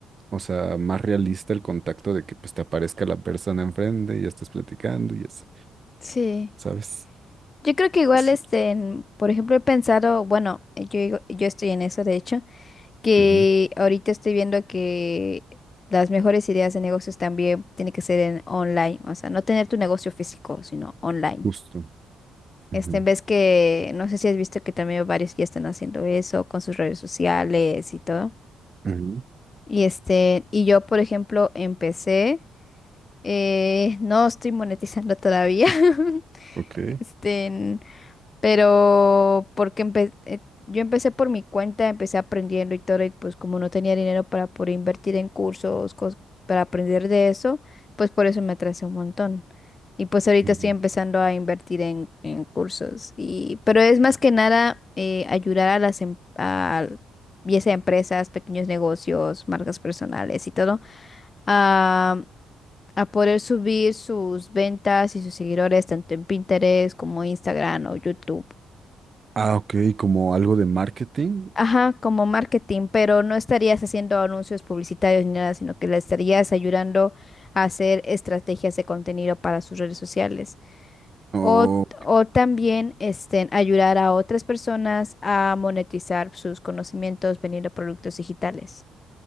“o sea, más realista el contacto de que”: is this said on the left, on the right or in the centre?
Right